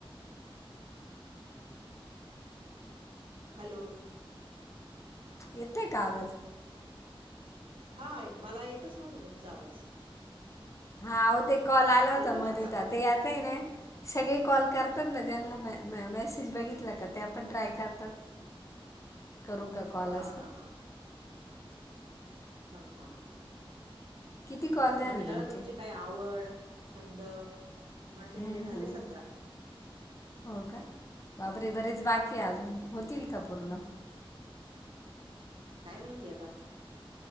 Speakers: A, on the right; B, on the left.
A: हॅलो.
B: येतय का आवाज?
A: हाय मला येतच नव्हत तुमचा आवाज.
B: हा आव ते कॉल आला होता.
A: येतोय
B: मध्ये
A: ना आता?
B: त्यात. ते यात येना सगळे कॉल करतात ना ज्यांनला म-मेसेज बघितला का त्या पण ट्राय करतात. करू का कॉल
A: हां,
B: असं.
A: हां, ह हा
B: किती कॉल झाले
A: म्हंटलं
B: तुमचे
A: तुमची काय आवड, छंद. माझे
B: हं,
A: झाले
B: हं.
A: सतरा.
B: हो का. बापरे बरेच बाकी अजून
A: हं, हं.
B: होतील का पूर्ण?
A: काय माहिती आता.